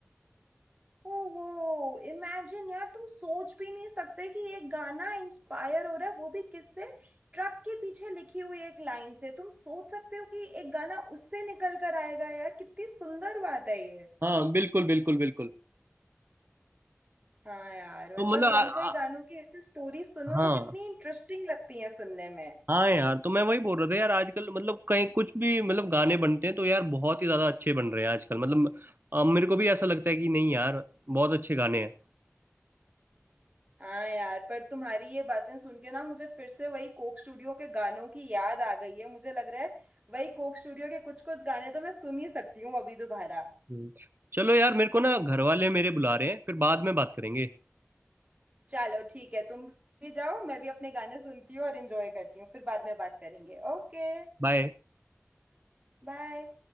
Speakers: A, on the right; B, on the right.
A: ओहो इमेजिन यार तुम सोच भी नहीं सकते कि एक गाना इंस्पायर हो रहा है वो भी किससे ट्रक के पीछे लिखी हुई एक लाइन से तुम सोच सकते हो कि एक गाना उससे निकल कर आएगा यार कितनी सुंदर बात है ये
B: हाँ बिल्कुल बिल्कुल बिल्कुल
A: हाँ यार
B: तो
A: मतलब
B: मतलब
A: कई
B: आ-
A: कई
B: आ-
A: गानों की ऐसी स्टोरी सुनो
B: हाँ
A: तो कितनी इंटरेस्टिंग लगती है सुनने में
B: हाँ यार तो मैं वही बोल रहा था यार आजकल मतलब कहीं कुछ भी मतलब गाने बनते हैं तो यार बहुत ही ज्यादा अच्छे बन रहे हैं आजकल मतलब अ, मेरे को भी ऐसा लगता है कि नहीं यार बहुत अच्छे गाने हैं
A: हाँ यार पर तुम्हारी ये बातें सुन के ना मुझे फिर से वही कोक स्टूडियो के गानों की याद आ गई है मुझे लग रहा है वही कोक स्टूडियो के कुछ कुछ गाने तो मैं सुन ही सकती हूँ अभी दोबारा
B: हम्म। चलो यार मेरे को ना घर वाले मेरे बुला रहे हैं फिर बाद में बात करेंगे
A: चलो ठीक है तुम भी जाओ मैं भी अपने गाने सुनती हूँ और इंजॉय करती हूँ फिर बाद में बात करेंगे Okay
B: बाय
A: bye